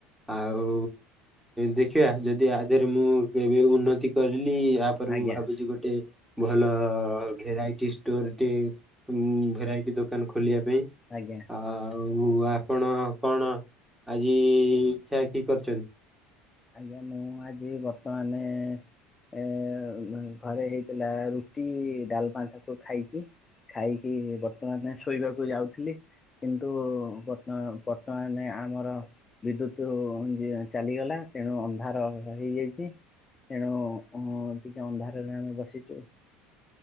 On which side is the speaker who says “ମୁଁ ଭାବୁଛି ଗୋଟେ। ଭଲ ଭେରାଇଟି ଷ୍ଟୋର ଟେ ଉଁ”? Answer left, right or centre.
Centre